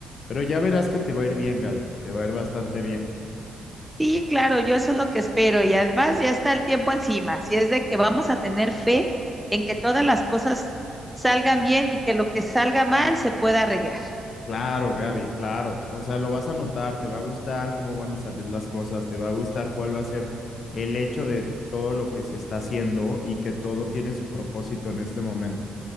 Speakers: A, on the left (about 55°); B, in the centre.
A: Pero ya verás que te va a ir bien, Gaby, te va a ir bastante bien.
B: Sí, claro, yo eso es lo que espero y además ya está el tiempo encima, si es de que vamos a tener fe en que todas las cosas salgan bien y que lo que salga mal se pueda arreglar.
A: Claro, Gaby, claro. O sea, lo vas a notar, te va a gustar cómo van a salir las cosas, te va a gustar cuál va a ser el hecho de todo lo que se está haciendo y que todo tiene su propósito en este momento.